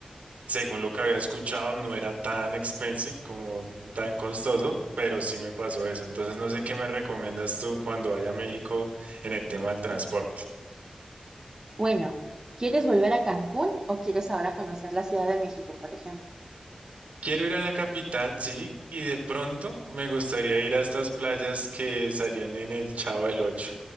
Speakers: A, on the right; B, on the right.
A: según lo que había escuchado, no era tan expensive como tan costoso, pero sí me pasó eso. Entonces, no sé qué me recomiendas tú cuando vaya a México en el tema del transporte.
B: Bueno, ¿quieres volver a Cancún o quieres ahora conocer la Ciudad de México, por ejemplo?
A: Quiero ir a la capital, sí, y de pronto me gustaría ir a estas playas que salían en el Chavo del Ocho.